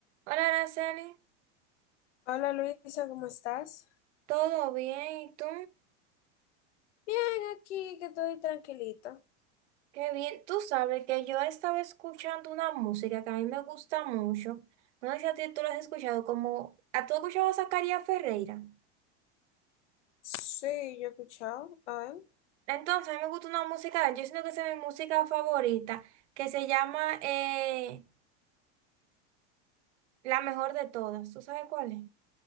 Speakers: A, on the right (about 75°); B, on the left (about 80°).
A: Hola, Araceli,
B: Hola Luisa, ¿cómo estás?
A: ¿todo bien? ¿Y tú?
B: Bien, aquí que estoy tranquilita.
A: Qué bien. Tú sabes que yo estaba escuchando una música que a mí me gusta mucho. No sé si a ti tú la has escuchado, como... ¿A tú has escuchado a Zacarías Ferreira?
B: Sí, yo he escuchado. A ver.
A: Entonces, a mí me gusta una música, de él, yo siento que esa es mi música favorita, que se llama eh, La Mejor de Todas. ¿Tú sabes cuál es?